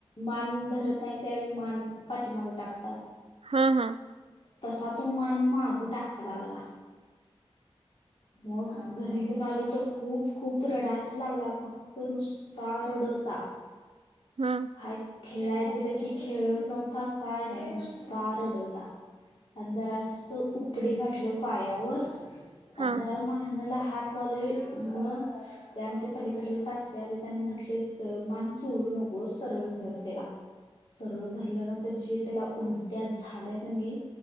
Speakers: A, on the left; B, on the right.
A: मान धरत नाही त्यावेळी मान पाठीमागं टाकतात.
B: हां हां.
A: तसा तो मान माग टाका लागला. मग घरी घेऊन आलो तर खूप खूप रडायच लागला फक्त नुसता रडता.
B: हां.
A: काय खेळाय दिलं की खेळत नव्हता काय नाही नुस्ता रडता. आणि जरा अस उपडी घातलो पायावर
B: हा
A: जरा मानाला हात लावले मग ते आमच्या पलीकडले सासरे आलेत आणि म्हंटले मान चोळू नकोस सरळ धर त्याला. सरळ धरल्यानंतर जे त्याला उलट्या झाल्या कने